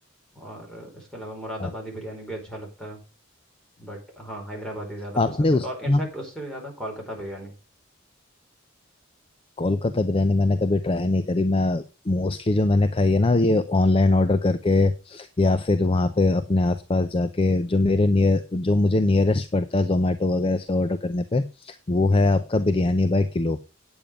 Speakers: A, in the centre; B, on the left (about 25°).
A: और इसके अलावा मुरादाबादी
B: हाँ,
A: बिरयानी भी अच्छा लगता है बट हाँ हैदराबादी ज़्यादा पसंद
B: आपने
A: है
B: उसका
A: और इनफैक्ट उससे भी ज़्यादा कोलकाता बिरयानी
B: कोलकाता बिरयानी मैंने कभी ट्राई नहीं करी मैं मोस्टली जो मैंने खाई है ना ये ऑनलाइन ऑर्डर करके या फिर वहाँ पे अपने आसपास जाके जो मेरे नियर जो मुझे नियरेस्ट पड़ता है जोमेटो वगैरह से ऑर्डर करने पे वो है आपका बिरयानी बाय किलो